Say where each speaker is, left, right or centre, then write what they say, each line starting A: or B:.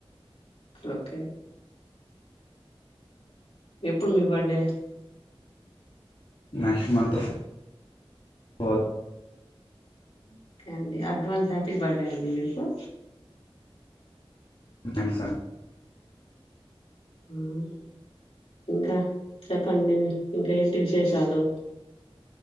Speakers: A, on the left; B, on the left.
A: ఓకే ఎప్పుడు మీ birthday
B: next month fourth
A: okay అండి అడ్వాన్స్ హ్యాపీ బర్త్డే అండి మీకు
B: థ్యాంక్ సార్
A: ఉ ఇంకా చెప్పండి ఇంకా ఏంటి విశేషాలు